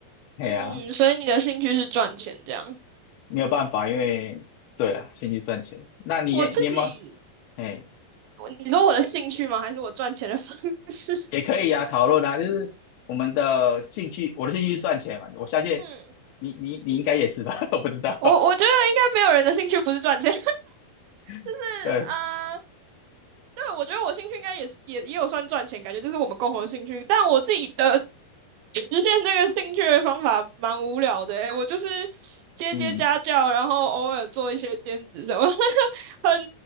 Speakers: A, on the left (about 80°); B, on the right (about 80°).
A: 哎呀、
B: 嗯，
A: 啊
B: 所以你的兴趣是赚钱这样，
A: 没有办法，因为对了，先去赚钱。那你你有没有？
B: 我自己，
A: 哎，
B: 我你说我的兴趣吗？还是我赚钱的方式？
A: 也可以呀、讨论啊，就是我们的兴趣，我的兴趣是赚钱嘛，我相信
B: <laughs> 嗯，
A: 你你你应该也是吧，<laughs> 我不知道，
B: 我我觉得应该没有人的兴趣不是赚钱。是啊，
A: <laughs> 对，
B: 对，我觉得我兴趣应该也是也也有算赚钱，感觉这是我们共同的兴趣。但我自己的实现这个兴趣的方法蛮无聊的欸我就是接接家教，
A: 嗯，
B: 然后偶尔做一些兼职什么，<laughs> 很